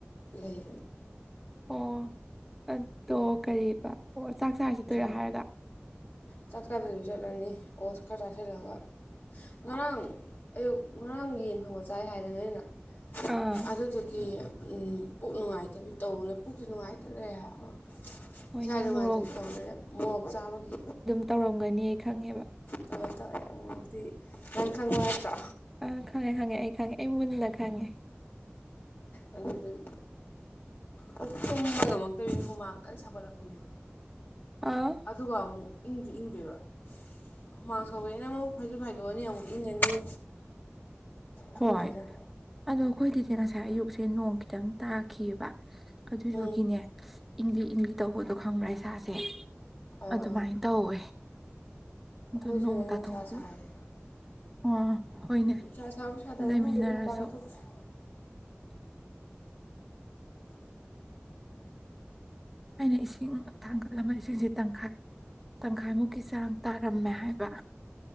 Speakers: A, on the left; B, in the centre.
A: ꯂꯩ
B: ꯑꯣ ꯑꯗꯣ ꯀꯔꯤꯕ꯫ ꯆꯥꯛ ꯆꯥꯔ ꯆꯠꯇꯣꯏꯔꯥ
A: ꯀꯔꯤ
B: ꯍꯥꯏꯔꯒ꯫
A: ꯆꯥꯛ ꯆꯥꯗꯕꯤ ꯆꯠꯂꯅꯤ ꯑꯣꯇ꯭ꯁ ꯈꯔ ꯆꯥꯁꯤꯜꯂꯒ ꯉꯔꯥꯡ ꯑꯌꯨꯛ ꯉꯔꯥꯡ ꯌꯦꯟ ꯊꯣꯡꯕ ꯆꯥꯏ ꯍꯥꯏꯗꯅ ꯑꯩꯅ꯫
B: ꯑꯥ
A: ꯑꯗꯨꯗꯨꯒꯤ꯫ ꯎꯝ ꯄꯨꯛ ꯅꯨꯡꯉꯥꯏꯇꯕꯤ ꯇꯧꯕꯅ ꯄꯨꯛꯁꯨ ꯅꯨꯡꯉꯥꯏꯇ ꯂꯩꯔꯦ ꯍꯥꯏꯕꯥ꯫
B: ꯍꯣꯏꯅꯦ
A: ꯏꯁꯥ ꯅꯨꯡꯉꯥꯏꯇꯕꯤ
B: ꯃꯣꯔꯣꯛ
A: ꯇꯧꯔꯥ ꯂꯩꯔꯦꯕ ꯃꯣꯔꯣꯛ ꯆꯥꯕꯒꯤ꯫
B: ꯇꯧꯔꯝꯒꯅꯤꯌꯦ ꯈꯪꯉꯦꯕ꯫
A: ꯇꯧꯋꯦ ꯇꯧꯋꯦ ꯎꯝꯃꯣꯔꯣꯛꯇꯤ ꯅꯪ ꯈꯪꯕ ꯅꯠꯇ꯭ꯔꯣ꯫
B: ꯑ ꯈꯪꯉꯦ ꯈꯪꯉꯦ ꯑꯩ ꯈꯪꯉꯦ ꯑꯩ ꯃꯨꯟꯅ ꯈꯪꯉꯦ꯫
A: ꯑꯗꯨꯗꯨꯒꯤ ꯑꯁ ꯇꯨꯝꯕ ꯉꯝꯃꯛꯇꯕꯅꯤꯅ ꯍꯨꯃꯥꯡ ꯀꯟꯅ ꯁꯧꯒꯠꯂꯛꯄꯤꯅꯦꯕ꯫
B: ꯑꯥ
A: ꯑꯗꯨꯒꯥ ꯑꯃꯨꯛ꯫ ꯏꯪꯓꯨ ꯏꯪꯗꯣꯏꯕ ꯍꯨꯃꯥꯡ ꯁꯧꯋꯦꯅ ꯑꯃꯨꯛ ꯐꯩꯖꯨꯞ ꯍꯥꯏꯗꯣꯛꯑꯅꯤ ꯑꯃꯨꯛ ꯏꯪꯉꯅꯤ꯫ ꯈꯪꯗ꯭ꯔꯦꯗ
B: ꯍꯣꯏ ꯑꯗꯣ꯫ ꯑꯩꯈꯣꯏꯒꯤꯗꯤ ꯉꯁꯥꯏ ꯑꯌꯨꯛꯁꯦ ꯅꯣꯡ ꯈꯤꯇꯪ ꯇꯥꯈꯤꯕꯌꯦꯕꯥ꯫ ꯑꯗꯨꯗꯨꯒꯤꯅꯦ
A: ꯎꯝ
B: ꯏꯪꯂꯤ ꯏꯪꯂꯤ ꯇꯧꯕꯗꯣ ꯈꯪꯕ꯭ꯔꯥ ꯍꯥꯏꯁꯦ꯫ ꯏꯁꯥꯁꯦ꯫
A: ꯑꯥ
B: ꯑꯗꯨꯃꯥꯏꯅ
A: ꯑꯥ
B: ꯇꯧꯋꯦ꯫
A: ꯑꯩꯈꯣꯏ
B: ꯑꯗꯨ
A: ꯁꯤꯗ
B: ꯅꯣꯡ
A: ꯅꯨꯡꯁꯥ
B: ꯊꯣꯛꯈꯤꯕ꯫
A: ꯁꯥꯏꯌꯦ
B: ꯑꯣ꯫ ꯍꯣꯏꯅꯦ
A: ꯅꯨꯡꯁꯥ ꯁꯥꯕ꯫ ꯁꯥꯗꯕ꯭ꯔꯥ
B: ꯂꯩꯃꯤꯟꯅꯔꯁꯨ꯫
A: ꯈꯪꯗꯦꯗ ꯃꯄꯥꯟꯒ ꯊꯣꯛꯇ꯭ꯔꯦ
B: ꯑꯩꯅ ꯏꯁꯤꯡ ꯊꯥꯡꯒꯠꯂꯝꯕ ꯏꯁꯤꯡꯁꯦ ꯇꯪꯈꯥꯏ ꯇꯪꯈꯥꯏꯃꯨꯛꯀꯤ ꯆꯥꯡ ꯇꯥꯔꯝꯃꯦ ꯍꯥꯏꯕ꯫